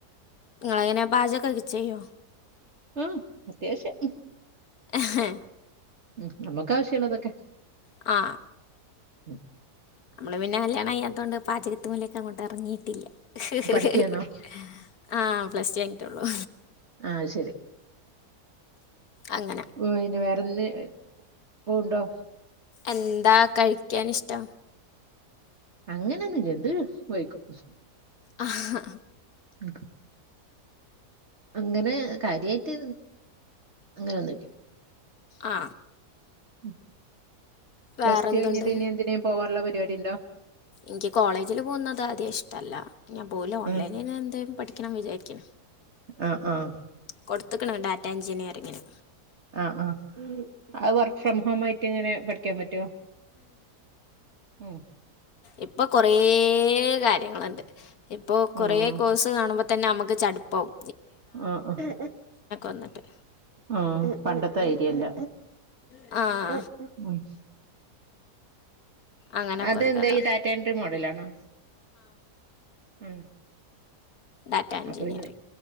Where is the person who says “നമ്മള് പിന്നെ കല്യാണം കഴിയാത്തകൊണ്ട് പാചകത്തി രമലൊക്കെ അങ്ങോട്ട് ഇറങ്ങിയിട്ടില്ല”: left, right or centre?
Left